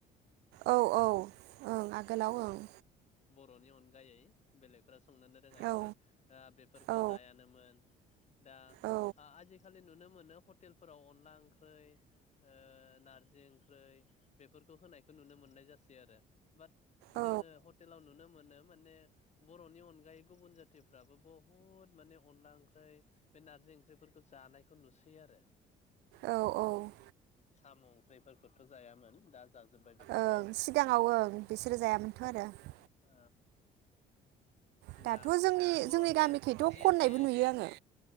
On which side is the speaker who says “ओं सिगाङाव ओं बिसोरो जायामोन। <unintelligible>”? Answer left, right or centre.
Right